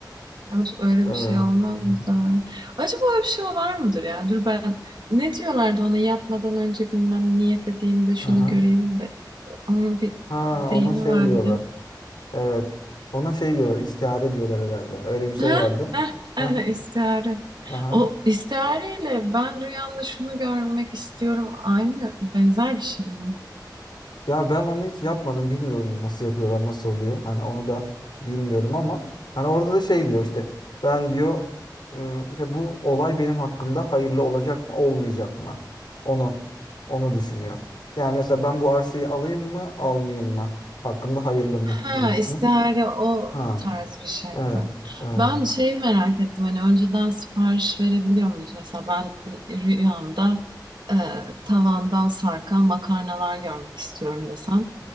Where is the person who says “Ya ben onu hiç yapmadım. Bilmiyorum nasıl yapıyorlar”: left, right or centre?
Left